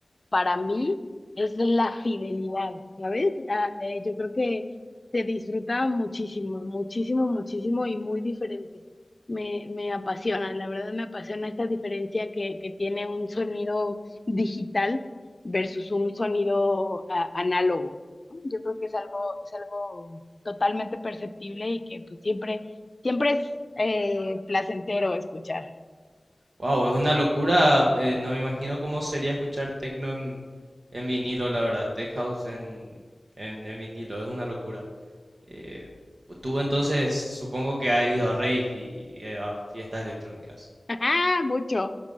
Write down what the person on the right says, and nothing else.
Wow, es una locura. eh, no me imagino cómo sería escuchar techno en, en vinilo, la verdad. Tech house en, en, en vinilo, es una locura. Eh, tú entonces supongo que has ido a rave y, eh, a fiestas electrónicas.